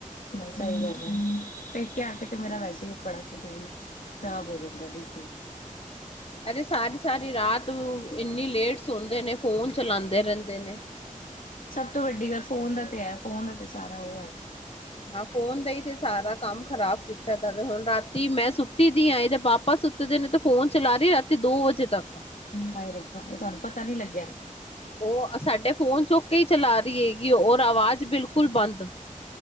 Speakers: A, on the left (about 75°); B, on the left (about 45°).
A: ਬਸ ਐਈ ਗੱਲ ਐ, ਪੇਕੇ ਆ ਕੇ ਤੇ ਮੇਰਾ ਵੈਸੇ ਬੜਾ ਸ਼ਡਿਊਲ ਖਰਾਬ ਹੋ ਜਾਂਦਾ ਬਿਲਕੁਲ।
B: ਐ ਤੇ ਸਾਰੀ-ਸਾਰੀ ਰਾਤ ਇੰਨੀ ਲੇਟ ਸੌਦੇ ਨੇ ਫੋਨ ਚਲਾਂਦੇ ਰੈਂਦੇ ਨੇ।
A: ਸਭ ਤੋਂ ਵੱਡੀ ਗੱਲ ਫੋਨ ਦਾ ਤੇ ਐ ਫੋਨ ਦਾ ਤੇ ਸਾਰਾ ਓ ਐ।
B: ਹਾਂ ਫੋਨ ਦਾ ਈ ਤੇ ਸਾਰਾ ਕੰਮ ਖ਼ਰਾਬ ਕੀਤਾ ਦਾ ਵੇ ਹੁਨ ਰਾਤੀ ਮੈਂ ਸੁੱਤੀ ਦੀ ਆ ਏਦੇ ਪਾ ਪਾਪਾ ਸੁੱਤੇ ਦੇ ਨੇ ਤੇ ਫੋਨ ਚਲਾ ਰੀ ਰਾਤੀ ਦੋ ਵਜੇ ਤੱਕ
A: ਹਾਏ ਰੱਬਾ ਤੇ ਤੁਆਨੂੰ ਪਤਾ ਨੀ ਲੱਗੇਆ।
B: ਓ ਸਾਡੇ ਫੋਨ ਚੁੱਕ ਕੇ ਈ ਚਲਾ ਰੀ ਹੈਗੀ ਔਰ ਆਵਾਜ਼ ਬਿਲਕੁਲ ਬੰਦ।